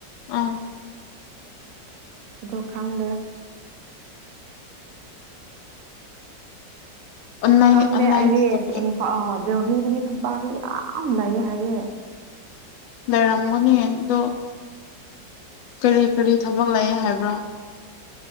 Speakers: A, on the left; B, on the right.
A: ꯑꯥ
B: ꯑꯗꯣ ꯈꯪꯗꯦ
A: ꯑꯣꯟꯂꯥꯏꯟ
B: ꯍꯪꯗꯦ
A: ꯑꯣꯟꯂꯥꯏꯟ
B: ꯑ
A: ꯇꯧ
B: ꯏꯐ ꯣ ꯍꯤꯔꯗꯤ ꯊꯝꯄꯥꯛꯀꯤ ꯌꯥꯝ ꯂꯩꯥꯏꯌꯦ ꯍꯥꯏꯌꯦ
A: ꯂꯩꯔꯝꯒꯅꯤ ꯑꯗꯣ ꯀꯔꯤ ꯀꯔꯤ ꯊꯕꯛ ꯂꯩ ꯍꯥꯏꯕ꯭ꯔꯥ